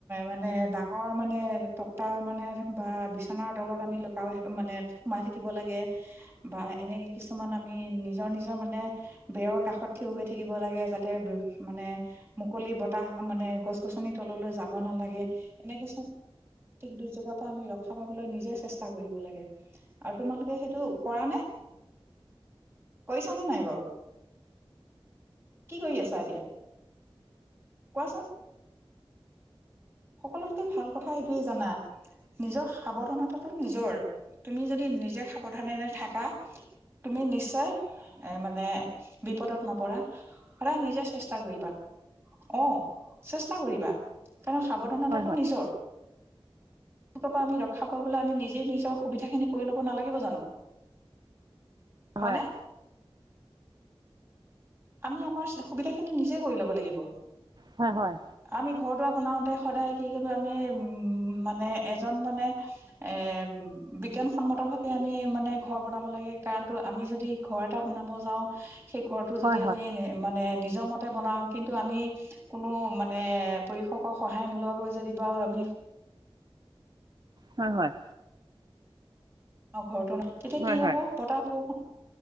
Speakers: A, on the right; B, on the right.
A: মানে ডাঙৰ মানে টকা মানে বা বিচনাৰ তলত আমি লুকাই মানে সোমাই থাকিব লাগে। বা এনেকে কিছুমান আমি নিজৰ নিজৰ মানে বেৰৰ কাষত থিয় হৈ থাকিব লাগে। যাতে মানে মুকলি বতাহ মানে গছ গছনি তললৈ যাব্ কিছু প্ৰৃতিক দুৰৰ পৰা আমি ৰক্ষা পাবলৈ নিজে চেষ্টা কৰিব লাগে। আৰু তোমালোকে সেইটো কৰা নে কৰিছ নে নাই বাৰু। কি কৰি আছা এতিয়া কোৱাচোন। সকলোতকৈ ভাল কথা। এইটোৱে জানা নিজৰ সাৱধানতাটো নিজৰ তুমি যদি নিজে সাৱধানেৰে থাকা তুমি নিশ্চয় এ মানে বিপদত নপৰা। সদায় নিজে চেষ্টা কৰিবা অহ চেষ্টা কৰিবা কাৰণ সাৱধানতাটো
B: হয় হয়
A: নিজৰ। তেওঁলোকৰ পৰা আমি ৰক্ষা পাবলৈ। আমি নিজেই নিজৰ সুবিধাখিনি কৰি ল'ব নালাগিব জানো। হয়নে?
B: হয়
A: আমি আমাৰ সুবিধাখিনি নিজে কৰি ল'ব লাগিব।
B: হয় হয়।
A: আমি ঘৰ দাৰ বনাওতে সদায় কি কৰিব আমি উ মানে এজন মানে এ বিজ্ঞানসন্মত ভাৱে আমি মানে ঘৰ বনাব লাগে কাৰণতো আমি যদি ঘৰ এটা বনাব যাওঁ সেই যদি
B: হয়
A: আমি
B: হয়
A: মানে নি নিজমতে বনাওঁ কিন্তু আমি কোনো মানে পৰিশকৰক সহায় নোলোৱাকৈ যদি বাৰু আমি
B: হয় হয়।
A: অ' ঘৰতো নাই। তেতিয়া
B: হয়
A: কি হব
B: হয় হয়
A: বতাহ বোৰ